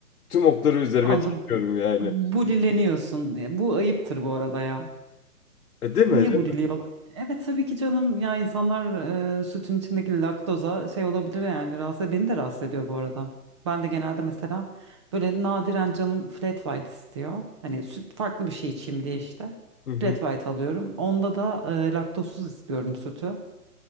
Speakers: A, on the left; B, on the right.
A: tüm okları üzerime
B: Anladım.
A: çekiyorum yani.
B: Bulileniyorsun. E, Bu ayıptır bu arada ya.
A: E, değil mi?
B: Niye
A: Değil
B: buliliyorlar?
A: mi?
B: Evet tabii ki canım ya insanlar e, sütün içindeki laktoza şey olabilir yani rahatsız beni de rahatsız ediyor bu arada. Ben de genelde mesela böyle nadiren canım flat white istiyor. Hani süt farklı bir şey içeyim diye işte.
A: Hı hı.
B: Flat white alıyorum. Onda da e, laktozsuz istiyorum sütü.